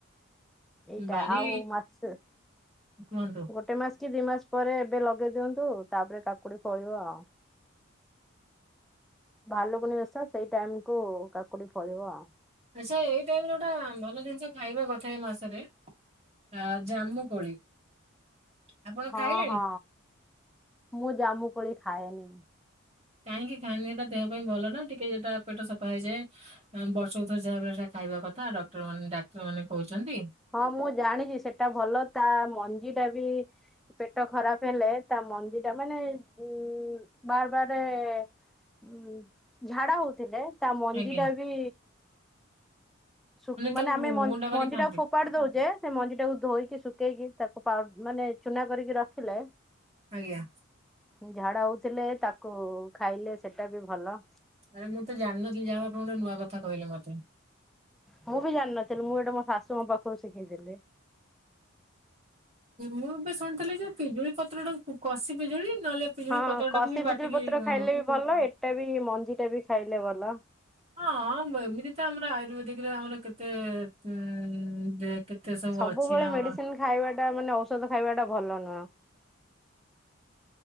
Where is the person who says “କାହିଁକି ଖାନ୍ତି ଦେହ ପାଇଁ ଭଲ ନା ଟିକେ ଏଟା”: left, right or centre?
Right